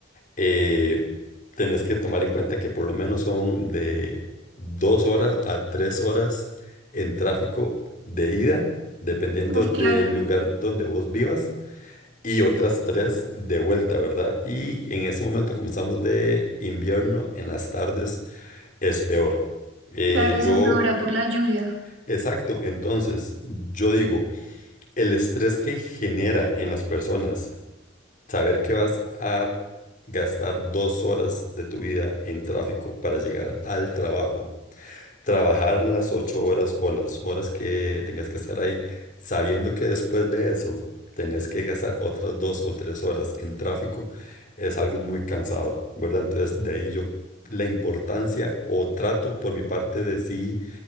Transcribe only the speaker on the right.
Uf,
claro,
claro,
se empeora por la lluvia.